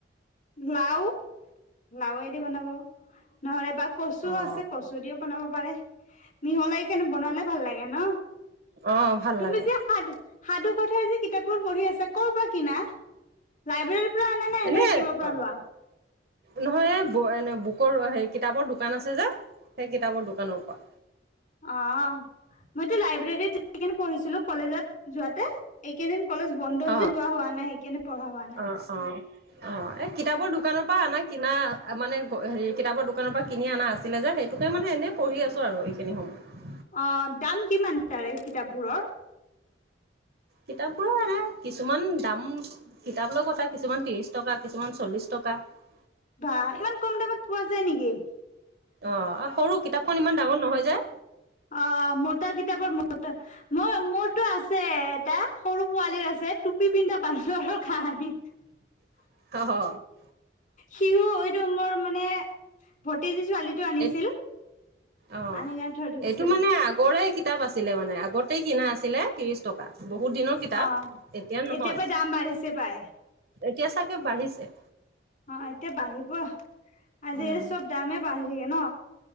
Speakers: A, on the left; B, on the right.
A: লাওঁ লাওঁ এ দি বনাব নহ'লে বা কচুও
B: অ',
A: আছে কচু দিও বনাব পাৰে মিহলাই কিনে বনালে ভাল লাগে ন
B: অঁ ভাল
A: তুমি
B: লাগে।
A: যে সাধু সাধু কথাই যে কিতাপবোৰ পঢ়ি আছে কৰপৰা কিনা লাইব্ৰেৰীৰ পৰা আনা নে
B: এনে
A: কিবা পৰা
B: অঁ
A: লোৱা
B: নহয়। ব এনে বুকৰ হে কিতাপৰ দোকান আছে যে সেই কিতাপৰ দোকানৰ পৰা।
A: অঁ মইতো লাইব্ৰেৰীত যনে পঢ়িছিলো কলেজত যোৱাতে এইকেইদিন। কলেজ বন্ধ যে
B: অঁ
A: যোৱা হোৱা নাই সেইকাৰণে পঢ়া হোৱা নাই
B: অঁ অঁ অঁ এই কিতাপৰ দোকানৰ পৰা অনা কিনা মানে হেৰি কিতাপৰ দোকানৰ পৰা কিনি অনা আছিলে যে সেইটোকে মানে এনেই পঢ়ি আছোঁ আৰু এইখিনি সময়
A: অঁ দাম কিমান তাৰে কিতাপবোৰৰ।
B: কিতাপ বোৰো এনে কিছুমান দাম কিতাপলৈ কথা কিছুমান ত্ৰিশ টকা, কিছুমান চল্লিশ টকা- থকা।
A: বা ইমান কম দামত পোৱা যায় নেকি!
B: অঁ সৰু কিতাপখন ইমান ডাঙৰ নহয় যে।
A: অঁ মোটা কিতাপ মটা। মই মোৰতটো আছে এটা সৰু পোৱালিৰ আছে টুপি পিন্ধা বান্দৰৰ কাহানি
B: অঁ।
A: সিও এইটো মোৰ মানে ভতিজি ছোৱালীটো আনিছিল
B: এই অ
A: আনি কেনে থৈ দিছিল।
B: এইটো মানে আগৰে কিতাপ আছিলে মানে আগতেই কিনা আছিলে ত্ৰিশ টকা বহুত দিনৰ কিতাপ
A: অ'
B: এতিয়া নহয়
A: পাই দাম বাঢ়িছে পাই।
B: এতিয়া চাগে বাঢ়িছে
A: অ এতিয়া বাঢ়িব আজিকালি
B: উম
A: চব দামেই বাঢ়ি থাকে ন